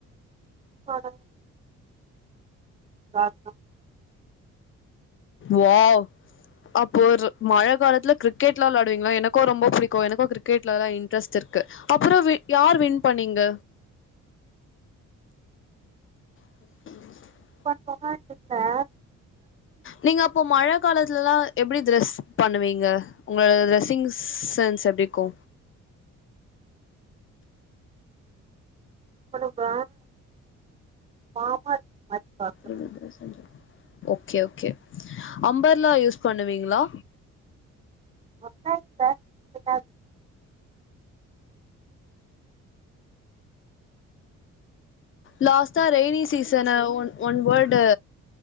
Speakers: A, on the right; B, on the left.
A: அவாதா விளாட்னோ
B: வாவ் அப்போ ஒரு மழ காலத்துல கிரிக்கெட்லா விளாடுவீங்ளா எனக்கோ ரொம்ப பிடிக்கு எனக்கு பிடிக்கு எனக்கு கிரிக்கெட்லலா இன்ட்ரெஸ்ட் இருக்கு அப்புறோ வி யார் வின் பண்ணீங்க ஃபஸ்ட் <unintelligible>
A: பண்வாங்க கேக்குதா
B: நீங்க அப்போ மழ காலத்துலலா எப்டி த்ரெஸ் பண்ணுவீங்க உங்க ட்ரெஸ்ஸிங்கு சென்ஸ் எப்டிர்க்கு
A: போட்டுப்ப பாப்பா மாதிப்பா
B: என்ன சொல்றீங் ஓகே ஓகே அம்பர்லா யூஸ் பண்ணுவீங்ளா
A: அப்டிலா இல்ல இதுக்கா
B: லாஸ்ட்டா ரெய்னி சீசன ஒன் ஒன் வேடு